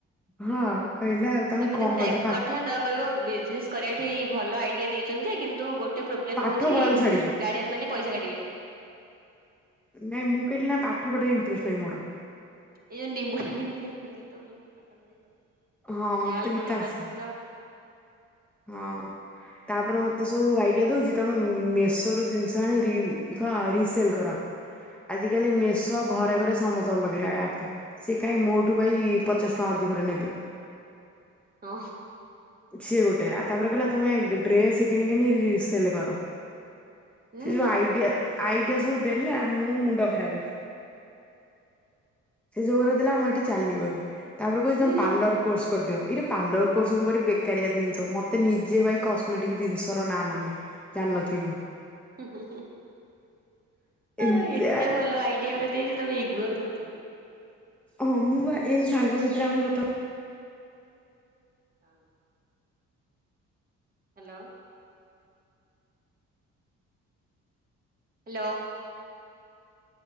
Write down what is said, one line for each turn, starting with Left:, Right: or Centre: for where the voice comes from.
Centre: ହଁ କହିଲା
Right: ତମେ
Centre: କଣ
Right: ତାକୁ ଟାଇପ୍
Centre: କରୁଛ ପାଠ
Right: କରିଥାନ୍ତ କହିବ ବିଜନେସ କରିବା ଠି ଭଲ ଆଇଡିଆ ଦେଇଛନ୍ତି ଯେ କିନ୍ତୁ ଗୋଟେ ଟେ ପ୍ରୋବଲେମ
Centre: ପାଠ
Right: ହଉଛି
Centre: ପଢାକୁ ଛାଡିକି
Right: ଗାର୍ଡିଆନ ମାନେ ପଇସା କାଟିବେ।
Centre: ନାଇଁ ମୁଁ କହିଲି ନା ପାଠ ପଢ଼ା ରେ ଇଣ୍ଟରେଷ୍ଟ ନାଇଁ ମୋର।
Right: ଏଇ ଯୋଉ ନିମ୍ବୁଡା ନିମ୍ବୁଡା ଗିତ ବୋଲି ପାଠ ପଢେଇିବ ଆଉ
Centre: ହଁ ମତେ
Right: ଜାଲ
Centre: ଗୀତ
Right: ମୁଢି
Centre: ଆସେ
Right: ପ୍ରସ୍ତୁତ।
Centre: ହଁ। ତାପରେ ମତେ ସବୁ ଆଇଡିଆ ଦଉଛି ତମେ ମେସୋ ରୁ ଜିନିଷ ଆଣି ରିସେଲ କର। ଆଜିକାଲି ମେସୋ ଘରେ ଘରେ ସମସ୍ତଙ୍କ ପାଖରେ ଆପେ ସେ କାହିଁ ମୋଠୁ ଭାଇ ପଚାଶ ଟଙ୍କା ଅଧିକରେ ନେବେ?
Right: ହଁ।
Centre: ସିଏ ଗୋଟେ ଆ ତାପରେ କହିଲା ତମେ ଡ୍ରେସ କିଣିକି ଆଣି ରିସେଲ କର।
Right: ଉଁ
Centre: ସେ ଯୋଉ ଆଇଡିଆ ଆଇଡିଆ ସବୁ ଦେଲା ମୁଁ ମୁଣ୍ଡ ଖରାବେ। ସେ ଯୋଉଗୁରା ଦେଲା ଆମଏଠି ଚାଲିବନି ତାପରେ କହୁଛି ତମେ
Right: ଉଁ
Centre: ପାର୍ଲର କୋର୍ସ କରିଦିଅ ଇରେ ପାର୍ଲର କୋର୍ସ ମୁଁ କରିବି ବେ କାରିଆ ଜିନିଷ ମତେ ନିଜେ ଭାଇ କସ୍ମେଟିକ ଜିନିଷ ର ନାଁ ମନେନାହିଁ ଜାଣିନଥିବି ମୁଁ।
Right: ହୁଁ ହୁଁ ହୁଁ
Centre: ଏମିତିଆ
Right: ଏତେ ଭଲ ଆଇଡିଆ ଗୁରା ଦେଇଛି ତମେ ଇଗ୍ନୋର କରୁଛ
Centre: ହଁ ମୁଁ ବା ଏମତି ସାଙ୍ଗ ସାହିଥିରେ ଆମେ କଥା ହ
Right: ଆଉ ହାଲୋ ହାଲୋ